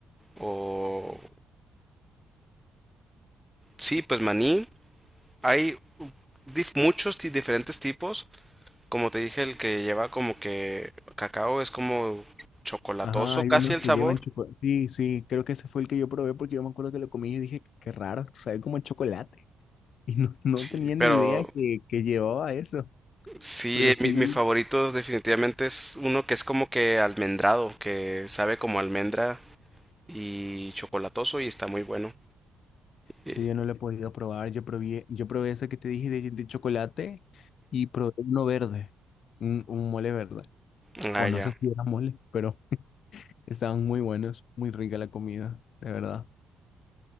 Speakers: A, in the centre; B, on the left.
A: o Sí, pues maní, hay dif- muchos ti- diferentes tipos. Como te dije, el que lleva como que cacao es como chocolatoso
B: Ajá, hay
A: casi
B: unos
A: el
B: que
A: sabor.
B: llevan chocolate. Sí, sí, creo que ese fue el que yo probé porque yo me acuerdo que lo comí y dije, qué raro, sabe como el chocolate. <laughs> Y no, no
A: Sí,
B: tenía ni
A: Pero
B: idea que, que llevaba eso,
A: sí,
B: pero
A: mi,
B: sí,
A: mi favorito definitivamente es uno que es como que almendrado, que sabe como almendra y chocolatoso y está muy bueno. Y-
B: ese yo no lo he podido probar. Yo probé, yo probé ese que te dije de, de chocolate y probé uno verde, un, un mole verde.
A: ujú.
B: O
A: Ah, ya.
B: no sé si era mole, pero estaban muy buenos, muy rica la comida, de verdad.